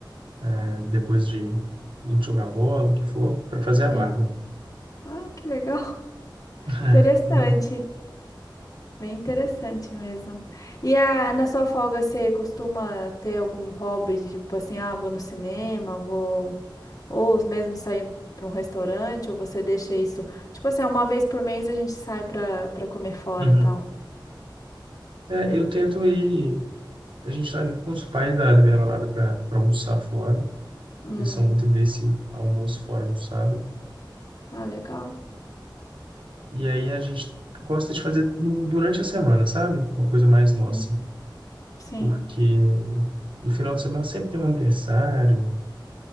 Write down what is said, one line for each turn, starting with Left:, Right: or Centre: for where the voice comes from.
Right: É, depois de, de jogar bola, o que for, para fazer a
Left: Sim.
Right: barba.
Left: Ah, que legal. <laughs>
Right: <laughs>
Left: Interessante. Bem interessante mesmo. E a, na sua folga você costuma ter algum hobby, de, tipo assim, ah, vou no cinema, vou. Ou mesmo sair para um restaurante, ou você deixa isso. Tipo assim, uma vez por mês a gente sai para para comer fora
Right: É, uhum.
Left: e tal.
Right: É, eu tento ir. A gente tá indo com os pais da, da minha namorada para almoçar fora.
Left: Hum.
Right: Eles são muito desse almoço fora no sábado.
Left: Ah, legal.
Right: E aí a gente gosta de fazer no- durante a semana, sabe? Uma coisa mais nossa.
Left: Sim. Sim.
Right: Porque no final de semana sempre tem um aniversário,